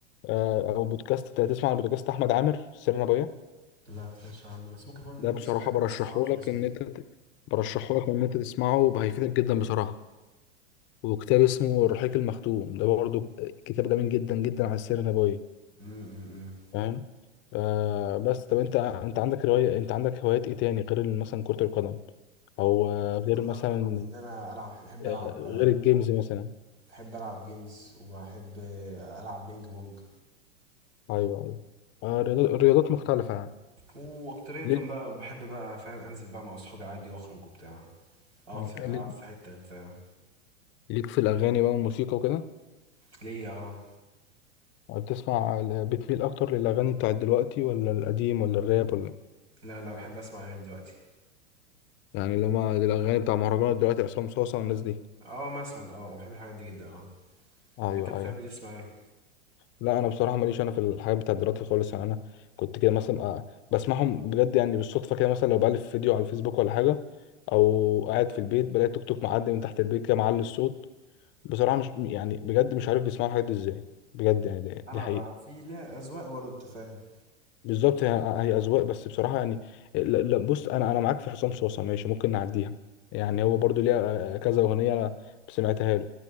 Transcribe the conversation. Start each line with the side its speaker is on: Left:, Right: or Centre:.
Left: آه، او بودكاست تسمع عن بودكاست احمد عامر السيرة النبوية
Right: لا ما سمعتش عنه بس ممكن اكون
Left: ده بصراحة
Right: سمعته
Left: برشحه
Right: بس ما اعرفش
Left: لك
Right: اسمه
Left: ان انت ت- برشحه لك ان انت تسمعه هيفيدك جدا بصراحة وكتاب اسمه الرحيق المختوم ده برضه كتاب جميل جدا جدا على السيرة النبوية
Right: امم أمم، أمم.
Left: فاهم آه بس طب انت انت عندك رواية انت عندك هوايات ايه تاني غير مثلا كرة القدم او آه غير
Right: قدر
Left: مثلا
Right: وان انا العب بحب العب
Left: آه غير الجيمز مثلا
Right: بحب العب جيمز وبحب العب بينج بونج
Left: ايوه ايوه آه رياضات رياضات مختلفة يعني
Right: واكترية
Left: ليك
Right: بقى بحب بقى فاهم انزل بقى مع اصحابي عادي واخرج وبتاع اقعد
Left: آه،
Right: في اقعد
Left: ليك
Right: في حتة بتاع
Left: ليك في الاغاني بقى والموسيقى وكده
Right: ليا اه
Left: آه، بتسمع ال- بتميل اكتر للاغاني بتاعت دلوقتي ولا القديم ولا الراب ولا
Right: لا لا بحب اسمع اغاني دلوقتي
Left: يعني لما الاغاني بتاع مهرجانات دلوقتي عصام صاصا والناس دي
Right: اه مثلا اه بحب الحاجات دي جدا اه
Left: ايوه
Right: انت بتحب
Left: ايوه
Right: تسمع ايه
Left: لا انا بصراحه ماليش انا في الحاجات بتاعت دلوقتي خالص يعني انا كنت كده مثلا آه، بسمعهم بجد يعني بالصدفه كده مثلا لو بألف فيديو على الفيسبوك ولا حاجه او قاعد في البيت بلاقي توك توك معدي من تحت البيت كده معلي الصوت بصراحه مش يعني بجد مش عارف بيسمعوا الحاجات دي ازاي بجد يعني دي,
Right: انا
Left: دي حقيقه
Right: بقى في ليها اذواق برضه انت فاهم
Left: بالظبط هي هي اذواق بس بصراحه يعني لا لا، بص انا انا معاك في حسام صوصه ماشي ممكن نعديها يعني هو برضو ليها آه، كذا اغنيه انا سمعتها له